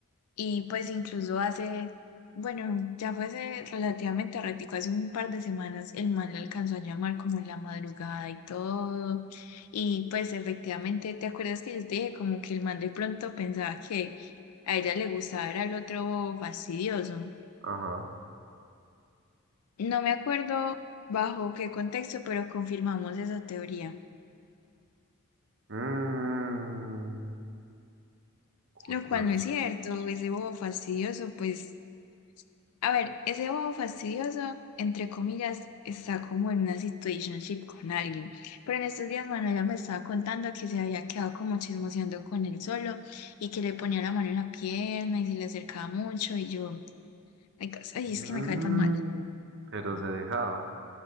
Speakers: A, on the left (about 85°); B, on the right (about 55°).
A: y pues incluso hace, bueno, ya fue hace relativamente ratico, hace un par de semanas el man le alcanzó a llamar como en la madrugada y todo y pues efectivamente, ¿te acuerdas que yo te dije como que el man de pronto pensaba que a ella le gustaba era el otro fastidioso?
B: Ajá.
A: No me acuerdo bajo qué contexto, pero confirmamos esa teoría,
B: Mm, curioso.
A: lo cual no es cierto. Ese bobo fastidioso, pues, a ver, ese bobo fastidioso, entre comillas, está como en una situationship con alguien. Pero en estos días Manuela me estaba contando que se había quedado como chismoseando con él solo y que le ponía la mano en la pierna y se le acercaba mucho y yo, ay, cas- ay,
B: Mm,
A: es que me cae tan mal.
B: pero se dejaba.